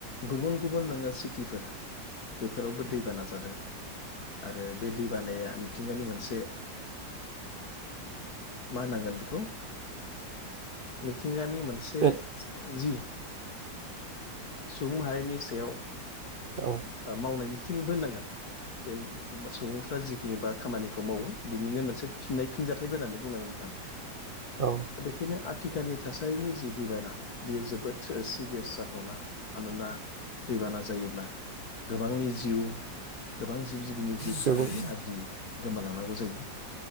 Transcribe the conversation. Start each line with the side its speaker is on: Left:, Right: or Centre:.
Left: गुबुन गुबुन नोङो सिटिफोर बेफोरावबो दैबाना जादों आरो बे दै बानाया मिथिंगानि मोनसे मा होनांगोन बेखौ मिथिंगानि मोनसे
Right: औ
Left: जि सुबुंहारिनि सायाव
Right: सोर औ औ
Left: मावनायनि फिनबो होननांगोन जे सुबुंफ्रा जिखिनि बा खामानिखौ मावो बिनिनो मोनसे फिननाय फिनजाथायाइबो होननानै बुंनांगोन होनदां
Right: औ
Left: खनो टिखालानि थासारिनि जि दिबायायना बियो जोबोद सिरियास जाथावना मानोना दैबाना जायोब्ला गोबांनि जिउ गोबां जिब- जिबिनि जिउफ्रा
Right: सुबुं
Left: ओरैनो आद्रियै गोमालांनांगौ जायो।